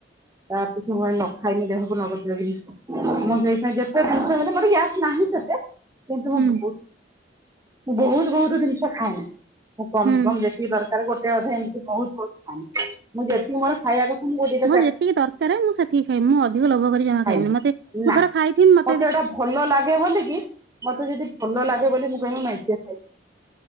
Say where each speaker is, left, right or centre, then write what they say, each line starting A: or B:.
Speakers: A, on the right (about 20°); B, on the right (about 65°).
A: ତା ପଛେ ମାନେ ନଖାଇକି ଦେହକୁ ନଗଦ ଜଗ। ମୁଁ ସେଇପାଇ ଯେତେ ଜିନିଷ ହେଲେ ମୋର ଗ୍ୟାସ ନାହିଁ ସେତେ। କିନ୍ତୁ ମୁଁ
B: ହୁଁ
A: ବହୁତ୍ ମୁଁ ବହୁତ ବହୁତ ଜିନିଷ ଖାଏନା। ମୁଁ କମ୍
B: ହୁଁ
A: କମ୍ ଯେତିକି ଦରକାର ଗୋଟେ ଅଧେ ଏମିତି ବହୁତ୍ ବହୁ ଖାନି ମୁଁ ଯେତିକି ମୋର ଖାଇବା କଥା ଦେଇ ତା
B: ହଁ ଯେତିକି ଦର୍ କାରାରେ ମୁଁ ସେତିକି ଖାଇମି ମୁଁ ଅଧିକ ଲୋଭ କରି ଜମା
A: ଖାଏ
B: ଖାଇବିନି ମତେ ମୁଁ
A: ନା
B: ଥରେ ଖାଇଥିଲି ମ
A: ମତେ ଏଇଟା ଭଲ ଲାଗେ ବୋଲି କି ମତେ ଯଦି ଭଲ ଲାଗେ ବୋଲି ମୁଁ <inaudible> ନାଇକି ଖାଇଛି।